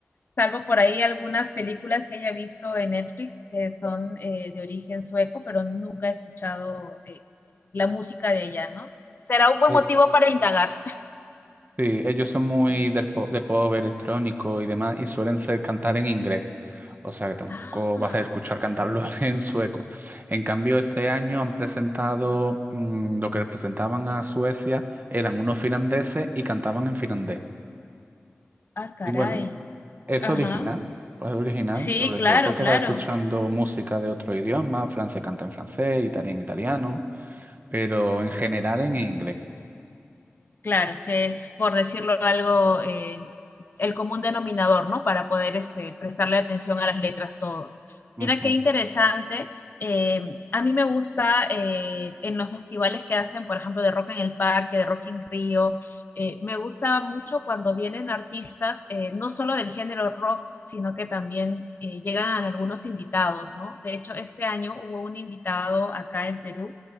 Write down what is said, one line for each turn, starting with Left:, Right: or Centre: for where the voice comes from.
Left: salvo por ahí algunas películas que haya visto en Netflix que son eh, de origen sueco, pero nunca he escuchado eh, la música de ella, ¿no? Será un buen
Right: Eh,
Left: motivo para indagar.
Right: Sí, ellos son muy del pop, de pop electrónico y demás, y suelen ser, cantar en inglés. O sea que tampoco
Left: Ah,
Right: vas a escuchar cantarlo <laughs> en sueco. En cambio, este año han presentado mm, lo que presentaban a Suecia, eran unos finlandeses y cantaban en finlandés.
Left: ah, caray.
Right: Y bueno, es
Left: Ajá.
Right: original, es original
Left: Sí,
Right: sobre
Left: claro,
Right: todo porque
Left: claro.
Right: vas escuchando música de otro idioma, Francia canta en francés, italiano en italiano, pero en general en inglés.
Left: Claro, que es, por decirlo algo, eh, el común denominador, ¿no? Para poder este, prestarle atención a las letras todos.
Right: Ujú,
Left: Mira qué interesante. eh, a mí me gusta eh, en los festivales que hacen, por ejemplo, de Rock en el Parque, de Rock in río. eh, me gusta mucho cuando vienen artistas, eh, no solo del género rock, sino que también eh, llegan algunos invitados, ¿no? De hecho, este año hubo un invitado acá en Perú